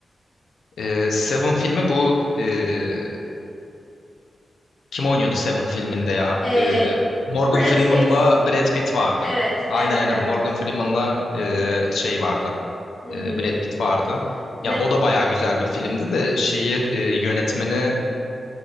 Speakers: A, on the left (about 85°); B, on the left (about 65°).
A: Ee, Seven filmi bu e, kim oynuyordu Seven filminde ya?
B: E,
A: Ee, Morgan
B: Brad
A: Freeman'la
B: Pitt.
A: Brad Pitt vardı.
B: Evet,
A: Aynen
B: evet,
A: aynen
B: evet.
A: Morgan Freeman'la e, şey vardı.
B: Hı
A: E,
B: hı.
A: Brad Pitt vardı.
B: Me-
A: Ya o da
B: <laughs>
A: bayağı güzel bir filmdi de şeyi e, yönetmeni